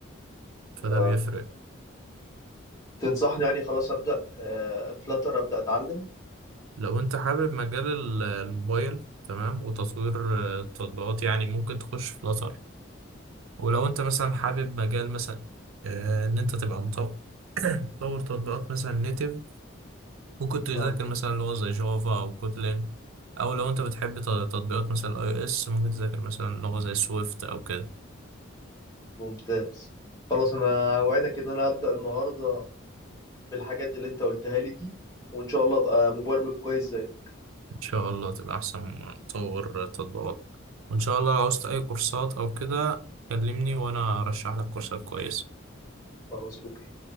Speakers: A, on the right; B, on the left.
A: فده
B: اه
A: بيفرق
B: تنصحني يعني خلاص ابدا آه فلاتر ابدا اتعلم
A: لو انت حابب مجال ال- الموبايل تمام وتطوير آه، التطبيقات يعني ممكن تخش في فلاتر ولو انت مثلا حابب مجال مثلا آه، ان انت تبقى مطو- مطور تطبيقات مثلا نيتف ممكن تذاكر
B: اه
A: مثلا لغة زي جافا او كوتلين او لو انت بتحب ت- تطبيقات مثلا اي او اس ممكن تذاكر مثلا لغة زي سويفت او كده
B: ممتاز خلاص انا اوعدك ان انا هبدا النهارده بالحاجات اللي انت قلتها لي دي وان شاء الله ابقى مبرمج كويس زي
A: ان شاء الله تبقى احسن مطور تطبيقات وان شاء الله لو عاوزت اي كورسات او كده كلمني وانا ارشح لك كورسات كويسة
B: خلاص اوكي